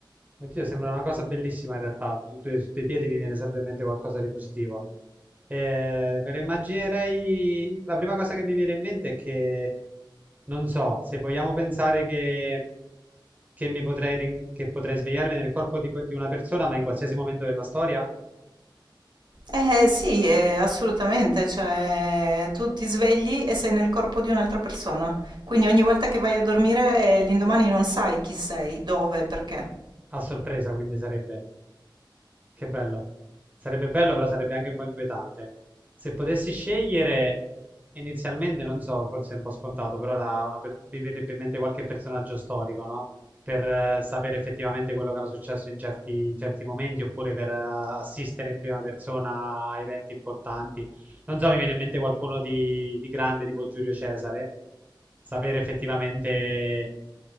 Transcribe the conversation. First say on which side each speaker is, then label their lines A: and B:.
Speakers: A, on the right; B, on the right.
A: Oddio, sembra una cosa bellissima in realtà. Su due, su due piedi mi viene sempre in mente qualcosa di positivo. Eh, me lo immaginerei. La prima cosa che mi viene in mente è che non so se vogliamo pensare che, che mi potrei, rin- che potrei svegliarmi nel corpo di, que- di una persona, ma in qualsiasi momento della storia,
B: Eh sì, eh, assolutamente, cioè tu ti svegli e sei nel corpo di un'altra persona, quindi ogni volta che vai a dormire eh, l'indomani non sai chi sei, dove, perché.
A: a sorpresa, quindi sarebbe. Che bello. Sarebbe bello, però sarebbe anche un po' inquietante. Se potessi scegliere, inizialmente, non so, forse è un po' scontato, però la- una per- mi verrebbe in mente qualche personaggio storico, no? Per eh, sapere effettivamente quello che era successo in certi, in certi momenti, oppure per eh, assistere in prima persona a eventi importanti. Non so, mi viene in mente qualcuno di, di grande, tipo Giulio Cesare, sapere effettivamente